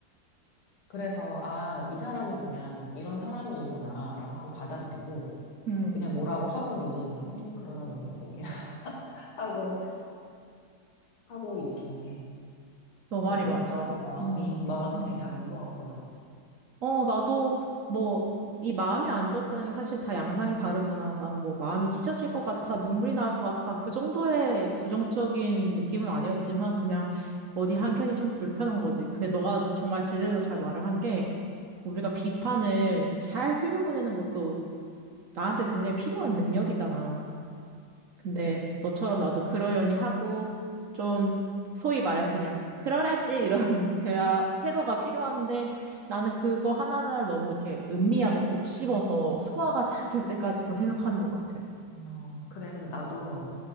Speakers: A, on the left; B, on the right.
A: 그래서 아, 이 사람은 그냥 이런 사람이구나라고 하고 받아들이고
B: 음,
A: 그냥 뭐라고 하면 요새는 그냥 음, 그러려니 <laughs> 하고 하고 있긴 해.
B: 너 말이
A: 어때?
B: 맞아.
A: 음. 그래서 마음이
B: 음.
A: 마음이
B: 음.
A: 되게 안 좋았구나.
B: 어, 나도 뭐, 이 마음이 안 좋았다는 게 사실 다 양상이 다르잖아. 난 뭐, 마음이 찢어질 것 같아, 눈물이 나올 것 같아. 그 정도의 부정적인 느낌은 아니었지만, 그냥 어디
A: 음,
B: 한켠이 좀 불편한 거지. 근데 너가 정말 제대로 잘 말을 한 게, 우리가 비판을 잘 흘려보내는 것도 나한테 굉장히 필요한 능력이잖아. 근데
A: 그치.
B: 너처럼 나도 그러려니 하고 좀 소위 말해서 그냥 그러라지 이런 <laughs> 대화 태도가 필요한데 나는 그거 하나하나를 너무 이렇게 음미하고 곱씹어서 소화가 다 될 때까지 그걸 생각하는 것 같아.
A: 어, 그래. 근데 나도